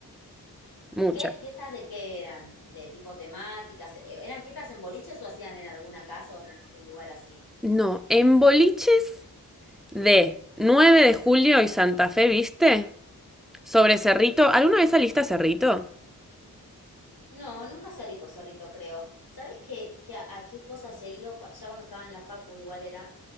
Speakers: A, in the centre; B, on the left (about 65°).
A: Muchas.
B: ¿Y qué fiestas de qué eran? ¿De tipo temáticas? Eh, ¿Eran fiestas en boliches o hacían en alguna casa o en algún lugar así?
A: No, en boliches de 9 de julio y Santa Fe, ¿viste? Sobre Cerrito. ¿Alguna vez saliste a Cerrito?
B: No, nunca salí por Cerrito, creo. ¿Sabés qué, qué- a, a qué cosas he ido? Cua- Ya cuando estaba en la facu igual era.